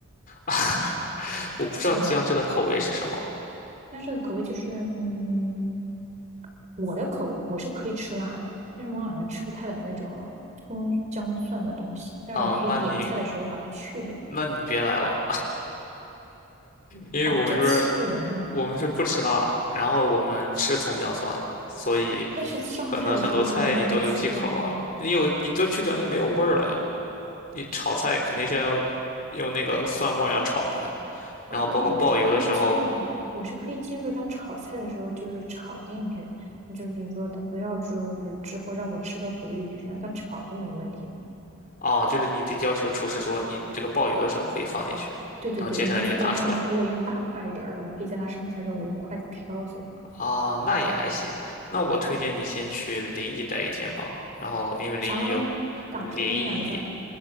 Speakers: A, on the left; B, on the right.
A: <laughs> 我不知道江浙的口味是什么
B: 叫什么？那这个口味就是，嗯，我的口味我是可以吃辣的，但是我好像吃不太了那种葱姜蒜的东西，但是我可以点菜的时候把它去掉，
A: 啊，那你那你别来了，因为我们这边儿
B: 把这气人呐、
A: 我们是不吃辣，
B: <laughs>
A: 然后我们吃葱姜蒜，所以
B: 但是上菜的时候是没有办法去掉吗？
A: 可能很多菜你都有忌口啊。你有你都去掉就没有味儿了呀。你炒菜肯定是要用那个蒜末儿要炒的呀。
B: 啊，
A: 然后包括爆油的时候，
B: 对啊，我是可以接受它，我是可以接受它炒菜的时候就是炒进去，就是说它不要之后就是之后让我吃到嘴里就行了，它炒是没有问题的。
A: 啊，就是你得要求厨师说你这个爆油的时候可以放进去，
B: 对对对，
A: 然后接下来你得拿出来
B: 然后最后让他给我用大块一点儿的，我可以在他上菜之后我用筷子挑走。
A: 啊。那也还行。那我推荐你先去临沂待一天吧。然后因为临沂有
B: 啥玩意儿？咋拼那两个字儿？
A: 临沂